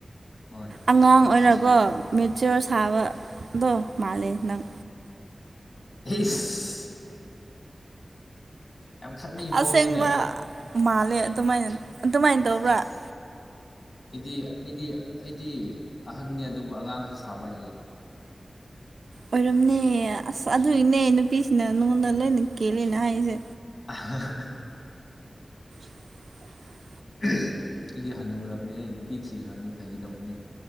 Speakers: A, on the left (about 65°); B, on the right (about 80°).
A: ꯍꯣꯏ
B: ꯑꯉꯥꯡ
A: ꯅꯨꯄꯤ
B: ꯑꯣꯏꯔꯒꯣ
A: ꯊꯤꯈ꯭ꯔꯦ
B: ꯃꯦꯆꯌꯣꯔ ꯁꯥꯕꯗꯣ ꯃꯥꯜꯂꯦ ꯅꯪ
A: ꯏꯁ ꯌꯥꯝ ꯈꯪꯕꯤ ꯃꯑꯣꯡꯅꯤꯅꯦ
B: ꯑꯁꯦꯡꯕ ꯃꯥꯜꯂꯦ ꯑꯗꯨꯃꯥꯏꯅ ꯑꯗꯨꯃꯥꯏꯅ
A: ꯏꯁ
B: ꯇꯧꯕ꯭ꯔꯥ
A: ꯏꯁ
B: <inaudible>
A: ꯑꯩꯗꯤ ꯑꯩꯗꯤ ꯑꯩꯗꯤ ꯑꯍꯟꯅꯤ ꯑꯗꯨꯕꯨ ꯑꯉꯥꯡꯁꯨ ꯁꯥꯕ ꯍꯩꯌꯦ
B: ꯑꯣꯏꯔꯝꯅꯤꯌꯦ ꯑꯁ ꯑꯗꯨꯒꯤꯅꯦ ꯅꯨꯄꯤꯁꯤꯡꯅ ꯅꯉꯣꯟꯗ ꯂꯣꯏꯅ ꯀꯦꯜꯂꯦꯅ ꯍꯥꯏꯔꯤꯁꯦ
A: ꯑ <unintelligible>
B: <inaudible>
A: ꯑꯩꯗꯤ ꯍꯟꯅꯨꯔꯕꯅꯦꯍꯦ ꯅꯨꯄꯤ ꯊꯤꯈ꯭ꯔꯕꯅꯤ ꯐꯩꯒꯤ ꯇꯧꯕꯅꯦ